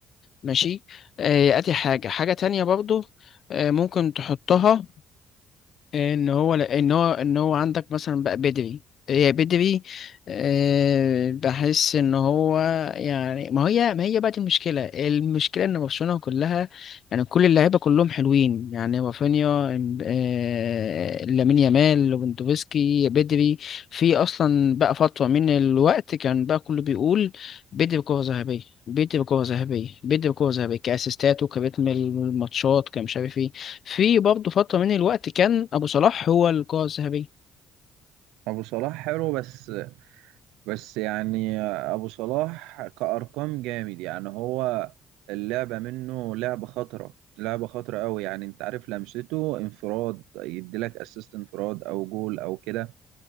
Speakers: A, on the left (about 60°); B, on the right (about 80°).
A: ماشي آه، ادي حاجة حاجة تانية برضو آه، ممكن تحطها ان هو ان هو ان هو عندك مثلا بقى بدري هي بدري آه، بحس ان هو يعني ما هي ما هي بقى دي المشكله المشكله ان برشلونه كلها يعني كل اللعيبه كلهم حلوين يعني رافينيا إم- آه، لامين يامال ليفاندوفسكي بدري في اصلا بقى فتره من الوقت كان بقى كله بيقول بدري كره ذهبيه بدري كره ذهبيه بدري كره ذهبيه كاسيستات وكريتم الماتشات كمش عارف إيه. في برضه فترة من الوقت كان أبو صلاح هو القائد الذهبي
B: أبو صلاح حلو بس بس يعني أبو صلاح كأرقام جامد يعني هو اللعبة منه لعبة خطرة لعبة خطرة أوي يعني انت عارف لمسته انفراد يديلك اسيست انفراد أو جول أو كده